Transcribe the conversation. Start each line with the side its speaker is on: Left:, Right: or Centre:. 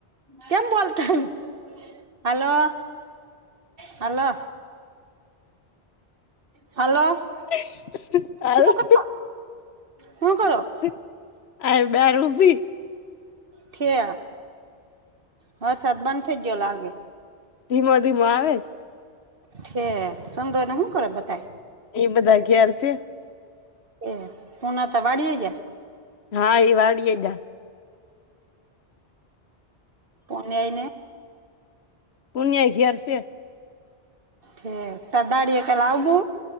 Right: કેમ બોલતા <unintelligible> હલો. હાલો. હલો.
Left: <unintelligible>
Right: હું કરો હું કરો
Left: અહીં બાર ઉભી
Right: ઠે વરસાદ બંધ થઈજયો લાગે.
Left: ધીમો ધીમો આવે જ
Right: ઠે સુંદરને હું કર બધા.
Left: એ બધા ગયા <unintelligible>
Right: એ પુના ત વાડીયે જ
Left: હા એ ડી વાડી જા.
Right: પન્યાઈ ને
Left: પૂણ્યા આગિયાર છે.
Right: હે ત દાડીએ કે લાઉ બુ